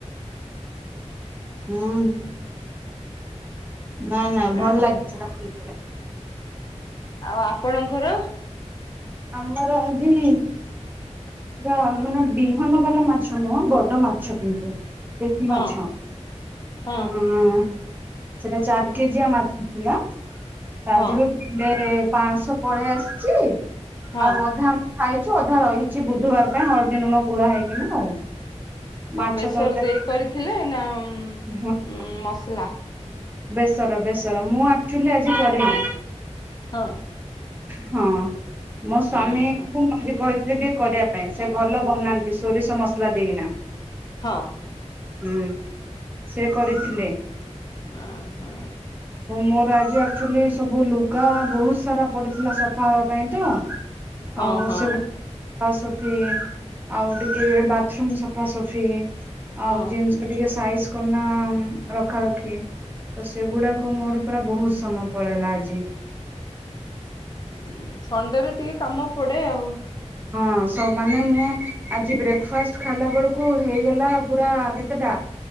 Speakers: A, on the right (about 15°); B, on the left (about 35°).
A: ହୁଁ। ନାଇଁ ନାଇଁ ଭଲ
B: ଆଉ
A: ଲାଗିଚି ସେଟା ପି
B: ଆଉ ଆପଣଙ୍କର।
A: ଆମର ଆଜି। ବା ମାନେ ବିହନ ବାଲା ମାଛ ନୁହଁ ବଡ ମାଛ କିନ୍ତୁ। ଉଁ ଦେଶୀ
B: ହଁ
A: ମାଛ
B: ହଁ
A: ଉଁ ଉଁ ସେଟା ଚାର କେଜିିଆ ମାଛ ଥିଲା ତା
B: ହଁ
A: ଧିରୁ କିଲେ ପାଁଶହ ପଳେଇ ଆସିଚି।
B: ହଁ
A: ଆଉ ଅଧା ଆମେ ଖାଇଚୁ ଅଧା ରହିଚି ବୁଧବାର ପାଇଁ ହଳଦୀ ଲୁଣ ଗୁଳା ହେଇକନା ଆଉ। ମାଛ
B: କ ବେସର
A: ତରକାରୀ
B: ଦେଇ କରିଥିଲେ ନା ଉଁ ଉଁ
A: <inaudible>
B: ଉଁ ମସଲା।
A: ବେସର ବେସର ମୁଁ ଆକଚୁଅଲି ଆଜି କରିନି।
B: ହଁ।
A: ହଁ ମୋ ସ୍ଵାମୀ
B: ହଁ
A: ଙ୍କୁ ମି କହିଥିଲି ଟିକେ କରିଆ ପାଇଁ ସେ ଭଲ ବନାନ୍ତି ସୋରିଷ ମସଲା ଦେଇକିନା।
B: ହଁ।
A: ହୁଁ ସେ କରିଥିଲେ।
B: ଆ ହା।
A: ମୋର ଆଜି ଆକ୍ଚୁଆଲି ସବୁ ଲୁଗା ବହୁତ ସାରା ପଡିଥିଲା ସଫା ହବା ପାଇଁ ତ।
B: ହଁ
A: ଆଉ
B: ହଁ
A: ସେ ସଫା ସଫି ଆଉ ଟିକେ ବାଥରୁମ୍ ସଫାସଫି ଆଉ
B: ହଁ
A: ଜିନିଷ ଟିକେ ସାଇଜ କନା ରଖା ରଖି। ତ ସେଗୁଡାକ ମୋର ପୁରା ବହୁତ ସମୟ ପଳେଇଲା ଆଜି।
B: ଉଁ ସଣ୍ଡେରେ ଟିକେ କାମ ପଡେ ଆଉ।
A: ହଁ ସ ମାନେ ମୁଁ ଆଜି ବ୍ରେକ ଫାଷ୍ଟ ଖାଇଲା ବେଳକୁ ହେଇଗଲା ପୁରା କେତେଟା?